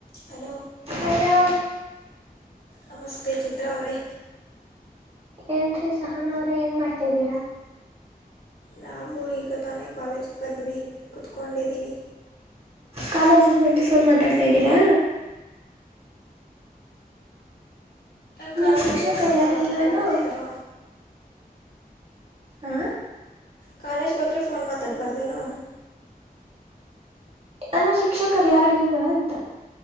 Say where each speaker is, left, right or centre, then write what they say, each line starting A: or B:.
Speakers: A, on the left; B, on the right.
A: ಹಲೋ
B: ಹಲೋ
A: ನಮಸ್ತೆ ಚಿತ್ರ ಅವರೇ
B: ಏನುೀ ಸಹನ ಅವರೇ ಏನು ಮಾಡ್ತಾ ಇದಿದ್ದೀರಾ
A: ನಾವು ಈಗ ತಾನೇ ಕಾಲೇಜಿಗೆ ಬಂದ್ವಿ ಕುೂತ್ಕೊಂಡಿದ್ದೀರಿ
B: ಕಾಲೇಜಿಗೆ ಬಂದು ಫೋನ್ ಮಾತಾಡ್ತಾ ಇದ್ದೀರಾ
A: ಏನು ಕಾಲೇಜ್ಗೆ
B: ನಿಮ್ ಶಿಕ್ಷಕರು
A: ಹೋದರೆೆ ಫೋನ್
B: ಯಾರು
A: ಮಾತಾಡ್ಬಾರ್ದೇನು
B: ಇಲ್ವೇನು ಹ
A: ಕಾಲೇಜ್ಗೆ ಹೋದರೆ ಫೋನ್ ಮಾತಾಡ್ಬಾರ್ದೇನು
B: ಅಲ್ಲ ಶಿಕ್ಷಕರು ಯಾರು ಇಲ್ವಾ ಅಂತ